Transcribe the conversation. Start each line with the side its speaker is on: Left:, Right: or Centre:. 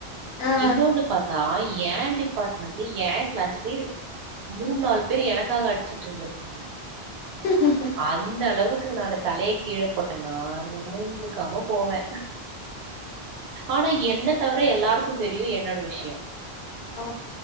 Left: ஆ
Right: இன்னோன்னு பாத்தா ஏ டிபாட்மண்ட்ல ஏ கிளாஸ்லயே மூண் நாலு பேர் எனக்காக அடுச்சிட்டு இருந்திருக்காங்க
Left: ம்
Right: அந்த அளவுக்கு நானு தலய கீழ போட்டனா நிமுந்துக்காம போவே ஆனா என்னத் தவர எல்லாருக்கு தெரியு என்னோட விஷ்யோ
Left: ஆ